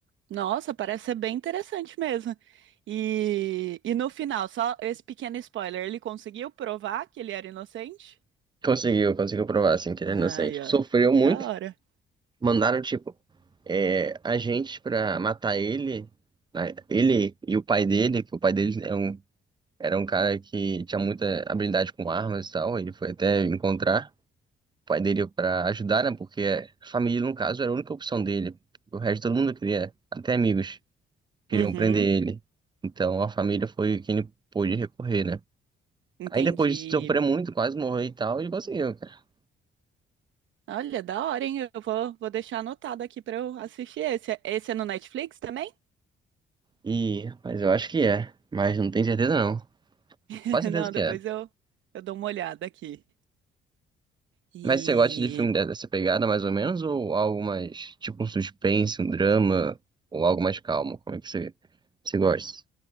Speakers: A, on the right; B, on the right.
A: Nossa, parece ser bem interessante mesmo. E, e no final, só esse pequeno spoiler, ele conseguiu provar que ele era inocente?
B: Conseguiu, conseguiu provar assim que
A: Ai,
B: ele é inocente.
A: ó,
B: Sofreu muito,
A: da hora.
B: mandaram tipo é, agentes pra matar ele, né? Ele e o pai dele, que o pai dele é um, era um cara que tinha muita habilidade com armas e tal, ele foi até encontrar. pai dele para ajudar, né? Porque a família, no caso, era a única opção dele. O resto todo mundo queria, até amigos, queriam
A: Uhum,
B: prender ele. Então a família foi quem ele pôde recorrer, né?
A: entendi.
B: Aí depois de sofrer muito, quase morrer e tal, ele conseguiu, cara.
A: Olha, da hora, hein? Eu vou, vou deixar anotado aqui pra eu assistir esse. Esse é no Netflix também?
B: E, mas eu acho que é. Mas não tenho certeza não.
A: <laughs>
B: Quase certeza
A: Não,
B: que
A: depois
B: é.
A: eu, eu dou uma olhada aqui. E
B: Mas você gosta de filme de- dessa pegada, mais ou menos, ou algo mais, tipo um suspense, um drama, ou algo mais calmo? Como é que você, você gosta?